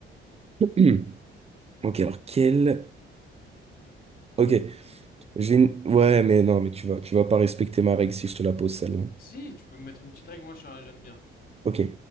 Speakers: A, on the right; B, on the left.
A: <clears throat> Ok, alors, quel... Ok, j'ai une... Ouais, mais non, mais tu vas, tu vas pas respecter ma règle si je te la pose, celle-là.
B: Si, tu peux me mettre une petite règle, moi je suis un- j'aime bien.
A: Ok,